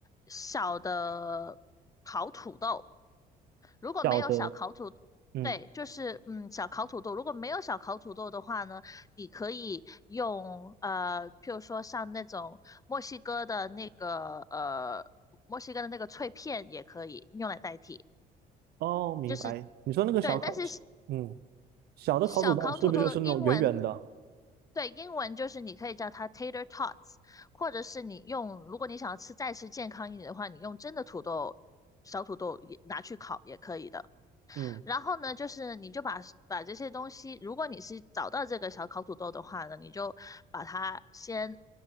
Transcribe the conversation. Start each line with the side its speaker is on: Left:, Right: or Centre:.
Left: 小的烤土豆。如果没有小烤土，
Right: 小的，嗯，
Left: 对，就是嗯小烤土豆。如果没有小烤土豆的话呢，你可以用呃，譬如说像那种墨西哥的那个呃，墨西哥的那个脆片也可以用来代替，
Right: 哦，明白。
Left: 就是
Right: 你说那个小烤，
Left: 对，但是
Right: 嗯，小的烤土豆是不是就是那种圆圆的？
Left: 小烤土豆的英文，对，英文就是你可以叫它 tater tots，或者是你用，如果你想要吃再吃健康一点的话，你用真的土豆，小土豆也拿去烤也可以的。
Right: 嗯。
Left: 然后呢，就是你就把把这些东西，如果你是找到这个小烤土豆的话呢，你就把它先，